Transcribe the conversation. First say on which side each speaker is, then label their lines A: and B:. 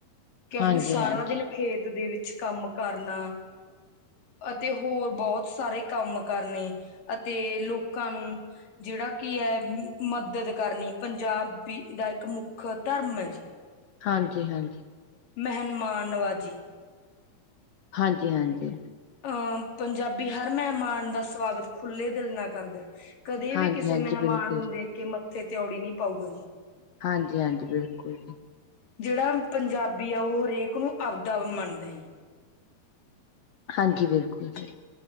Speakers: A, on the left; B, on the left.
A: ਕਿਉਂਕਿ
B: ਹਾਂਜੀ-ਹਾਂਜੀ,
A: ਸਾਰਾ ਦਿਨ ਖੇਤ ਦੇ ਵਿੱਚ ਕੰਮ ਕਰਨਾ ਅਤੇ ਹੋਰ ਬਹੁਤ ਸਾਰੇ ਕੰਮ ਕਰਨੇ ਅਤੇ ਲੋਕਾਂ ਨੂੰ ਜਿਹੜਾ ਕੀ ਹੈ ਮਦਦ ਕਰਨੀ ਪੰਜਾਬੀ ਦਾ ਇੱਕ ਮੁੱਖ ਧਰਮ ਹੈ ਜੀ
B: ਹਾਂਜੀ ਹਾਂਜੀ
A: ਮਹਨਮਾਨਵਾਜੀ
B: ਹਾਂਜੀ ਹਾਂਜੀ
A: ਅਹ ਪੰਜਾਬੀ ਹਰ ਮਹਿਮਾਨ ਦਾ ਸਵਾਗਤ ਖੁੱਲ੍ਹੇ ਦਿਲ ਨਾਲ ਕਰਦਾ ਕਦੇ
B: ਹਾਂਜੀ-ਹਾਂਜੀ
A: ਵੀ ਕਿਸੇ ਮਹਿਮਾਨ
B: ਬਿਲਕੁਲ
A: ਨੂੰ
B: ਜੀ,
A: ਦੇਖ ਕੇ ਮੱਥੇ ਤਉੜੀ ਨਹੀ ਪਾਊਗਾ ਜੀ
B: ਹਾਂਜੀ ਹਾਂਜੀ ਬਿਲਕੁਲ ਜੀ
A: ਜਿਹੜਾ ਪੰਜਾਬੀ ਆ ਉਹ ਹਰੇਕ ਨੂੰ <unintelligible> ਮੰਨਦਾ
B: ਹਾਂਜੀ ਬਿਲਕੁਲ ਜੀ